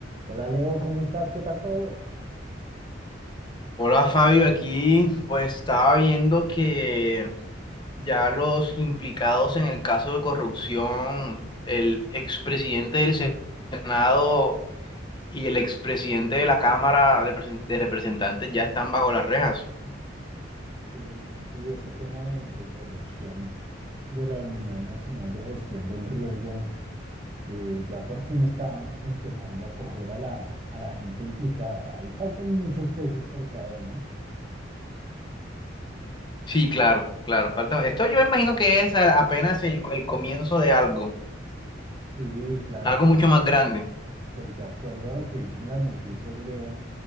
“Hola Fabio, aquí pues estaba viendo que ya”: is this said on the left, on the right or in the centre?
Left